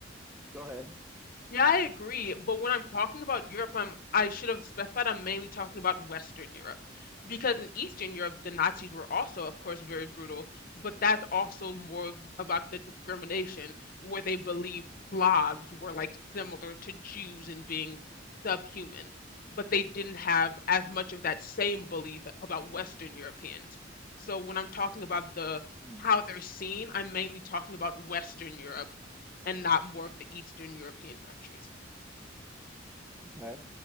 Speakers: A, in the centre; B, on the left.
A: go ahead.
B: Yeah, I agree. But when I'm talking about Europe, I'm, I should have specified I'm mainly talking about Western Europe. Because in Eastern Europe, the Nazis were also, of course, very brutal, but that's also more about the discrimination where they believed Slavs were like similar to Jews in being subhuman. But they didn't have as much of that same belief about Western Europeans. So when I'm talking about the
A: Hmm,
B: how they're seen, I'm mainly talking about Western Europe and not more of the Eastern European countries.
A: okay.